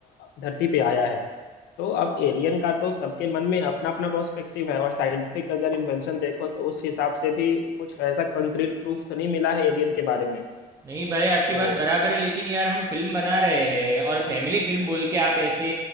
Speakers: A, on the left; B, on the right.
A: धरती पे आया है तो अब एलियन का तो सबके मन में अपना अपना पर्सपेक्टिव है और साइंटिफिक अगर इन्वेंशन देखो तो उस हिसाब से भी कुछ ऐसा कंक्रीट प्रूफ तो नहीं मिला है एलियन के बारे में
B: नहीं भाई आपकी
A: तो
B: बात बराबर है लेकिन यार हम फिल्म बना रहे हैं और फैमिली फिल्म बोल के आप ऐसे